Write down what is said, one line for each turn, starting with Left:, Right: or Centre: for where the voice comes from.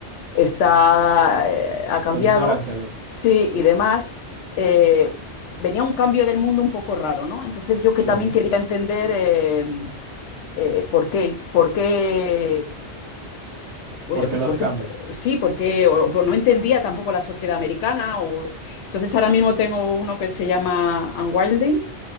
Left: está eh, ha cambiado,
Right: Poniendo aranceles.
Left: sí, y demás, eh, venía un cambio del mundo un poco raro, ¿no? Entonces yo que
Right: Sí.
Left: también quería entender eh, Eh, ¿por qué? ¿Por qué? Pues,
Right: ¿Por qué
Left: pues,
Right: los
Left: porque,
Right: cambios?
Left: sí, porque o- o no entendía tampoco la sociedad americana. o- Entonces ahora mismo tengo uno que se llama Unwilding